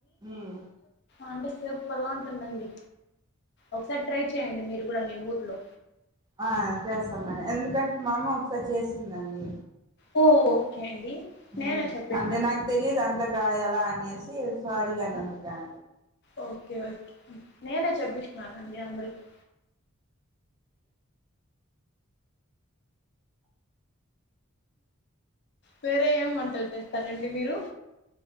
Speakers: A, on the right (about 20°); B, on the left (about 50°).
A: ఉమ్
B: అంటే సూపర్గా ఉంటుందండి ఒకసారి ట్రై చేయండి మీరు కూడా మీ ఊర్లో
A: ఆ చేస్తామని ఎందుకంటే మా అమ్మ ఒకసారి చేసిందండి.
B: ఓ ఓకే అండి
A: ఉమ్
B: నేనే చెప్పిస్తాను
A: అంతే నాకు తెలీదు అంత్ పెత్తగా ఎలా అనేసి సో అడిగానండి క్యా
B: ఓకే ఓకే నేనే చెప్పిస్తున్నానండి అందరికిీ వేరే ఏం వంటలు చేస్తారండి మీరు?